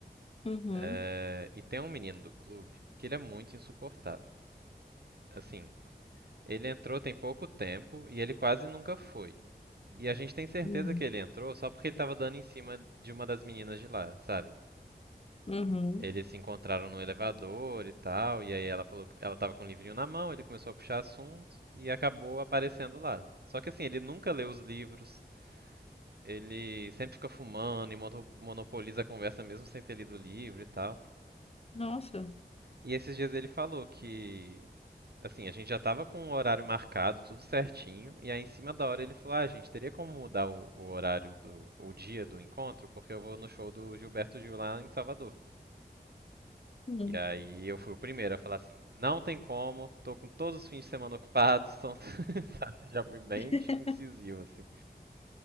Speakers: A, on the left (about 35°); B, on the right (about 70°).
A: Uhum.
B: Eh, e tem um menino do clube que ele é muito insuportável. Assim, ele entrou tem pouco tempo e ele quase nunca foi. E a gente tem certeza
A: Hum.
B: que ele entrou só porque ele tava dando em cima de uma das meninas de lá, sabe?
A: Uhum.
B: Eles se encontraram no elevador e tal, e aí ela falou que ela tava com o livrinho na mão, ele começou a puxar assunto e acabou aparecendo lá. Só que assim, ele nunca lê os livros, ele sempre fica fumando e mono- monopoliza a conversa mesmo sem ter lido o livro e tal.
A: Nossa.
B: E esses dias ele falou que, assim, a gente já tava com o horário marcado, tudo certinho, e aí em cima da hora ele falou: ah, gente, teria como mudar o, o horário do, o dia do encontro, porque eu vou no show do Gilberto Gil lá em Salvador.
A: Hum.
B: E aí eu fui o primeiro a falar assim, não tem como, tô com todos os fins de semana ocupados, então <laughs> já fui bem
A: <laughs>
B: incisivo, assim.